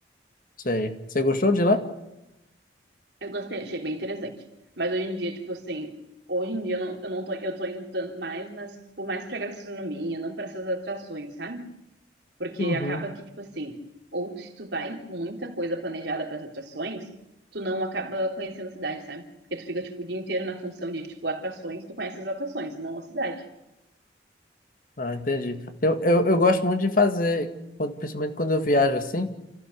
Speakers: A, on the left (about 50°); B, on the right (about 75°).
A: Sei. Você gostou de lá?
B: Eu gostei, achei bem interessante. Mas hoje em dia, tipo assim, hoje em dia eu não, eu não tô, eu tô indo tanto mais, mas, tipo, mais pra gastronomia, não para essas atrações, sabe? Porque
A: Uhum.
B: acaba que, tipo assim, ou se tu vai com muita coisa planejada para as atrações, tu não acaba conhecendo a cidade, sabe? Porque tu fica, tipo, o dia inteiro na função de, tipo, atrações, tu conhece as atrações, não a cidade.
A: Ah, entendi. Eu, eu, eu gosto muito de fazer, quando- principalmente quando eu viajo assim,